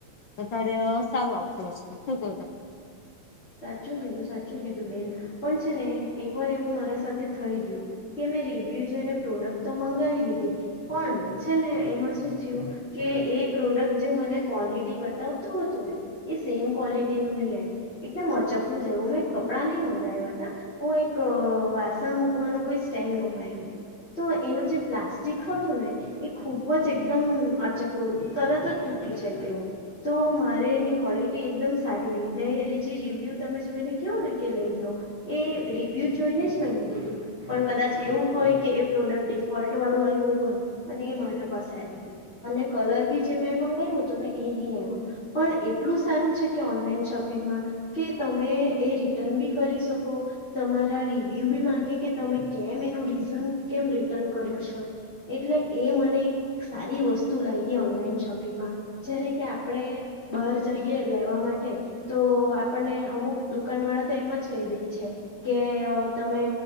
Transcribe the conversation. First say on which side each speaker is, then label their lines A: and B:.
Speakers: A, on the left (about 70°); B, on the left (about 20°).
A: તો તારે અ સારું આવશે વસ્તુ, શું કેય તમારુ?
B: સાચું કીધું, સાચું કીધું બેન, પણ છે ને એકવાર એવું મારા સાથે થઈ ગયું કે મેં રિવ્યુ જોઈને પ્રોડક્ટ તો મંગાવી લીધી, પણ છે ને એમાં શું થયું કે એ પ્રોડક્ટ જે મને કોલિ ટી બતાવતું હતું ને એ સેમ ક્વોલિટીનું નઈ આય્વુ. એકદમ અચકળું જેવુ મેં કપડાં નઈ મંગાયવા તા, હું એક વાસણ મૂકવાનું કોઈ સ્ટેન્ડ મંગાય્વુ તુ, તો એનું જે પ્લાસ્ટિક હતું ને એ ખૂબ જ એકદમ અચકડું અતુ તરત જ તૂટી જાય તેવું, તો મારે એની ક્વોલિટી એકદમ સારી નઈ તે ત્રીજી રિવ્યૂ તમે જોઈને કેવને કે લઈ લો, એ રિવ્યૂ જોઈને જ મેં લીધું તુ પણ કદાચ એવું હોય કે એ પ્રોડક્ટ ડિફોલ્ટવાળું આયવુ હોય અને એ મારા પાસે આવી ગયું અને કલર બી જે મેં મંગાયવુ તુ ને એ ની આય્વુ, પણ એટલું સારું છે કે ઓનલાઈન શોપિંગમાં કે તમે એ રિટર્ન બી કરી શકો, તમારા રિવ્યુ બી માંગે કે તમે કેમ એનું રીઝન કેમ રિટર્ન કર્યો છો, એટલે એ મને એક સારી વસ્તુ લાયગી ઓનલાઈન શોપિંગમાં, જ્યારે કે આપણે બાર જઈએ લેવા માટે તો આપણને અમુક દુકાનવાળા તો એમ જ કઈ દેય છે, કે અ તમે